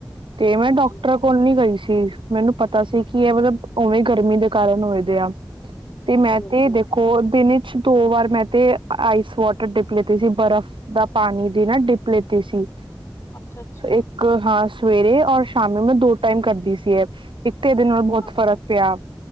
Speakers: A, on the right (about 80°); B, on the left (about 35°).
A: ਤੇ ਮੈਂ
B: ਹਾਂਜੀ
A: ਡਾਕਟਰਾਂ ਕੋਲ ਨੀ ਗਈ ਸੀ ਮੈਨੂੰ ਕੀ ਹੈ ਮਤਲਬ ਉਵੇਂ ਗਰਮੀ ਦੇ ਕਾਰਨ ਹੋਏ। ਤੇ
B: ਓਕੇ
A: ਮੈਂ
B: ਓਕੇ
A: ਤੇ ਦੇਖੋ ਦਿਨੇ ਦੋ ਵਾਰ ਮੈਂ ਤੇ ਆਈਸ ਵਾਟਰ ਡਿਪ ਲੀਤੀ ਸੀ ਬਰਫ਼ ਦਾ ਪਾਣੀ ਦੀ ਨਾ ਡਿਪ ਲੀਤੀ ਸੀ।
B: ਅੱਛਾ ਅੱਛਾ
A: ਇੱਕ ਹਾਂ ਸਵੇਰੇ ਔਰ ਸ਼ਾਮੀ ਮੈਂ ਦੋ ਟਾਈਮ ਕਰਦੀ ਸੀ ਐਹ। ਇੱਕੇ ਦਿਨ ਨਾਲ ਬਹੁਤ
B: ਅੱਛਾ
A: ਫ਼ਰਕ ਪਿਆ।